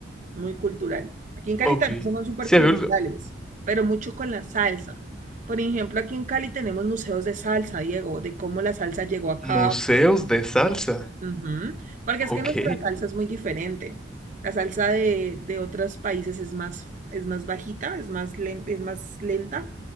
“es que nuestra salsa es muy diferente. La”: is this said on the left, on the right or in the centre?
Right